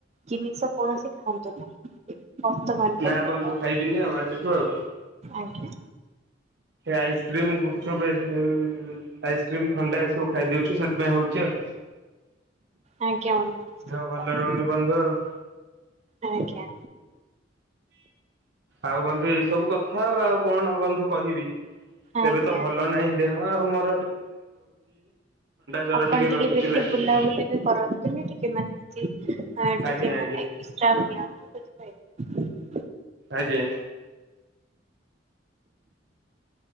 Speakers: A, on the right; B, on the right.
A: ଜିନିଷ କୌଣସି ହନ୍ତ ନାହିଁ ବର୍ତ୍ତମାନ ପର୍ଯ୍ୟନ୍ତ
B: ନା ବନ୍ଧୁ ଖାଇବିନି ଆଉ ଆଜିଠୁ ଆଉ।
A: ଆଜ୍ଞା
B: ଆଇସ୍କ୍ରିମ ଗୁପଚୁପ ଏ -ଆଇସ୍କ୍ରିମ ଥଣ୍ଡା ଏ ଖାଇଦଉଛୁ ସେଥିପାଇଁ ହଉଛି ଆଉ।
A: ଆଜ୍ଞା ବନ୍ଧୁ ନିଶ୍ଚିନ୍ତ।
B: ଦେହ ଭଲ ରହୁନି ବନ୍ଧୁ ଆଉ।
A: ଆଜ୍ଞା।
B: ଆଉ ବନ୍ଧୁ ଏଇ ସବୁ କଥା ଆଉ ଆଉ କଣ ବନ୍ଧୁ କହିବି
A: ଆଜ୍ଞା
B: ଏବେ ତ ଭଲ ନାହିଁ ଦେହ ଆଉ ମୋ ଜର
A: ଆପଣ ଟିକେ
B: ରହିଛି
A: ବେଶୀ
B: ଲାଗିକି।
A: ବୁଲାବୁଲି ବି କରନ୍ତୁନି ଟିକେ ମାନେ ଏମତି ଟିକେ
B: ଆଜ୍ଞା ଆଜ୍ଞା
A: ମାନେ ବିଶ୍ରାମ ନିଅନ୍ତୁ ବୁଝିପାଇଲେ।
B: ଆଜ୍ଞା।